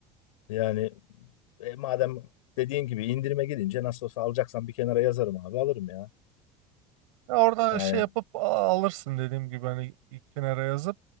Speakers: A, on the left; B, on the right.
A: Yani e, madem dediğin gibi indirime gidince nasıl olsa alacaksan bir kenara yazarım abi alırım ya.
B: Ya orada
A: Yani
B: şey yapıp a- alırsın dediğim gibi hani ilk kenara yazıp.